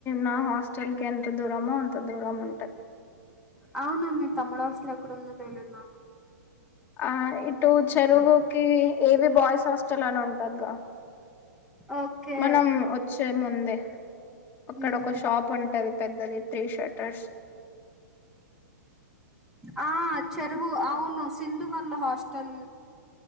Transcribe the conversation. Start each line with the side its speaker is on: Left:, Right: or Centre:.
Left: నా హాస్టల్ కి ఎంత దూరమో అంత దూరం ఉంటె
Centre: అవును మీ తమ్ముడు హాస్టల్ ఎక్కడుందో తెలియదు నాకు
Left: ఆ ఇటు చెరువుకి ఏది బాయ్స్ హాస్టల్ అని ఉంటదిగా
Centre: ఓకే
Left: మనం వచ్చే ముందే అక్కడ
Centre: మ్మ్
Left: ఒక షాప్ ఉంటది పెద్దది త్రీ షర్టర్స్
Centre: ఆ చెరువు అవును సింధు వాళ్ళ హాస్టల్